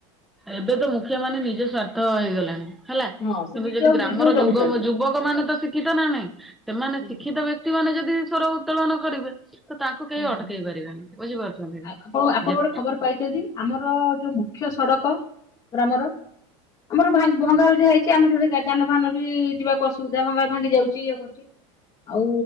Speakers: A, in the centre; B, on the left (about 25°).
A: ଏବେ ତ ମୁଖିଆ ମାନେ ନିଜ ସ୍ଵାର୍ଥ ହେଇଗଲାଣି। ହେଲା
B: ହଁ ସେ
A: କିନ୍ତୁ
B: ନିଜ
A: ଯଦି ଗ୍ରାମର
B: ନିଜକୁ ଜଗୁଛନ୍ତି।
A: ଯୁବ ଯୁବକ ମାନେ ତ ଶିକ୍ଷିତ ନା ନାହିଁ ସେମାନେ
B: ହୁଁ
A: ଶିକ୍ଷିତ
B: ହୁଁ
A: ବ୍ୟକ୍ତି ମାନେ ଯଦି ସ୍ୱର ଉତ୍ତୋଳନ କରିବେ ତ ତାଙ୍କୁ କେହି
B: ହଁ।
A: ଅଟକେଇ ପାରିବାନି ବୁଝିପାରୁଛନ୍ତି।
B: ଆପଣ
A: ନା
B: ଆପଣ
A: ଯେ
B: ଗୋଟେ ଖବର ପାଇଛନ୍ତି ଆମର ଯୋଉ ମୁଖ୍ୟ ସଡ଼କ ଗ୍ରାମର ଆମର ଭାଙ୍ଗ୍ ଭଙ୍ଗାରୁ ହେଇଛି ଆମେ ଯୋଟ ଯାନବାହାନ ବି ଯିବାକୁ ଅସୁବିଧା ଭଙ୍ଗା ଭାଙ୍ଗି ଯାଉଛି ଇଏ କରୁଛି ଆଉ